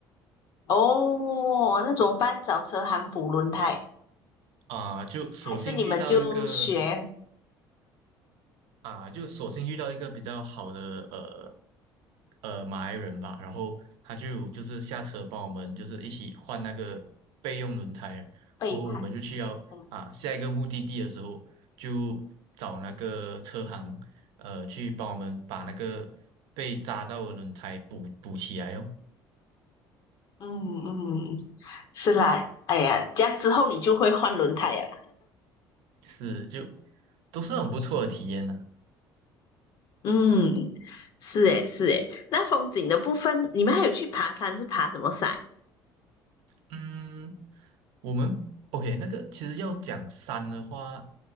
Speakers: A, on the left (about 50°); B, on the right (about 80°).
A: 哦，那怎么办？找车行补轮胎，
B: 啊、就索性遇到一个
A: 还是你们就学
B: 啊，就索性遇到一个比较好的呃呃马来人吧，然后他就就是下车帮我们就是一起换那个备用轮胎，
A: 备胎？
B: 过后我们就去要啊下一个目的地的时候就找那个车行呃去帮我们把那个被扎到的轮胎补补起来哦，
A: 嗯嗯嗯，是啦。哎呀，这样之后你就会换轮胎呀。
B: 是就都是很不错的体验呢、
A: 嗯，是诶是诶。那风景的部分，你们还有去爬山是爬什么山？
B: 嗯，我们 OK，那个其实要讲山的话，